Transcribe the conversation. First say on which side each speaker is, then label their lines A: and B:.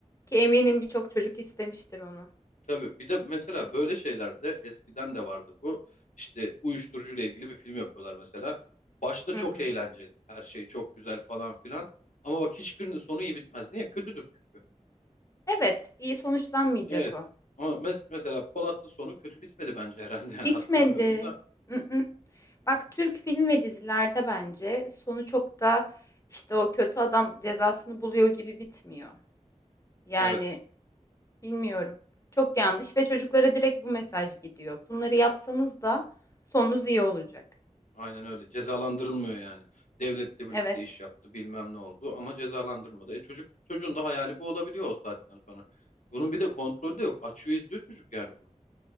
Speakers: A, on the left (about 25°); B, on the left (about 75°).
A: ki eminim birçok çocuk istemiştir onu.
B: Tabii bir de mesela böyle şeylerde eskiden de vardı bu. İşte uyuşturucuyla ilgili bir film yapıyorlar mesela. Başta çok
A: Hı hı.
B: eğlenceli. Her şey çok güzel falan filan. Ama bak hiçbirinin sonu iyi bitmez. Niye? Kötüdür çünkü.
A: Evet, iyi sonuçlanmayacak
B: Evet.
A: o.
B: Ama mes- mesela Polat'ın sonu kötü bitmedi bence herhalde. <laughs> Yani
A: Bitmedi.
B: hatırlamıyorum da.
A: Mm-mm. Bak Türk film ve dizilerde bence sonu çok da işte o kötü adam cezasını buluyor gibi bitmiyor. Yani
B: Evet.
A: bilmiyorum. Çok yanlış ve çocuklara direkt bu mesaj gidiyor. Bunları yapsanız da sonunuz iyi olacak.
B: Aynen öyle. Cezalandırılmıyor yani. Devletle birlikte
A: Evet,
B: iş yaptı, bilmem ne oldu ama cezalandırılmadı. E çocuk çocuğun da hayali bu olabiliyor o saatten sonra. Bunun bir de kontrolü de yok. Açıyor izliyor çocuk yani bunu.